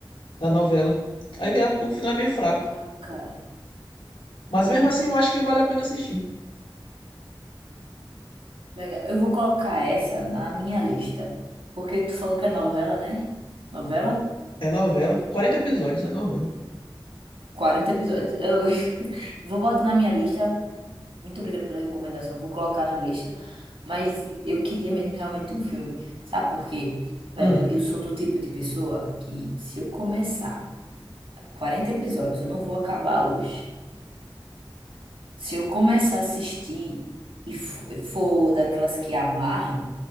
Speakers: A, on the left; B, on the right.
A: da novela. Aí o final é meio fraco.
B: ah, cara.
A: Mas
B: Aí,
A: mesmo assim eu acho que vale a pena assistir.
B: legal. Eu vou colocar essa na minha lista. Porque tu falou que é novela, né? Novela?
A: É novela. quarenta episódios, é novela.
B: 40 episódios. Eu <laughs> vou botar na minha lista. Muito obrigada pela recomendação. Vou colocar na minha lista. Mas eu queria mesmo realmente um filme. Sabe por quê?
A: Hum,
B: Velho, eu sou do tipo de pessoa que se eu começar 40 episódios, eu não vou acabar hoje. Se eu começar a assistir e fo- e for daquelas que amarra,